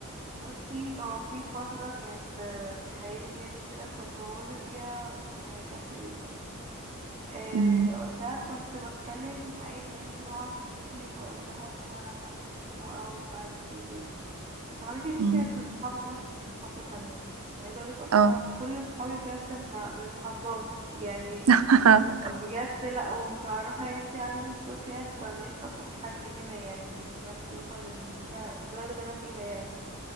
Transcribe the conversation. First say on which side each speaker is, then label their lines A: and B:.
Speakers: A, on the right; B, on the right.
A: بصي اه في فترة كانت آه، في حياتي يعني كده كنت بمر بيها كانت وحشة جدا آه
B: امم
A: وقتها كنت بتكلم عادي يعني كده مع صاحبتي وبقول لها ان انا مخنوقة ومش عارفة ايه كده صاحبتي دي
B: امم
A: كانت من محافظة انا كنت من محافظة تانية أنا عايزة اقولك اصلا
B: اه
A: انا كل صحابي بجد هم من محافظات يعني
B: <laughs>
A: بجد لا ومتعرفة يعني كده على السوشيال فماليش اصلا حد هنا يعني في نفس مثلا البلد اللي انا فيها يعني